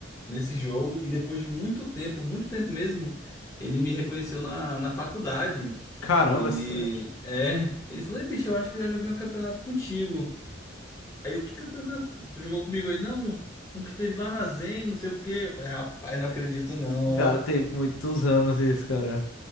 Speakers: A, on the left; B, on the left.
A: nesse jogo e depois de muito tempo, muito tempo mesmo, ele me reconheceu na, na faculdade.
B: Caramba,
A: Ele,
B: essa-
A: é, ele falou, Ei, bicho, eu acho que eu já joguei um campeonato contigo. Aí eu, que campeonato? Tu jogou comigo? Ele, não, um que teve lá na Zen, não sei o quê. Eu falei, rapaz, não acredito não, ó.
B: cara, teve muitos anos isso, cara.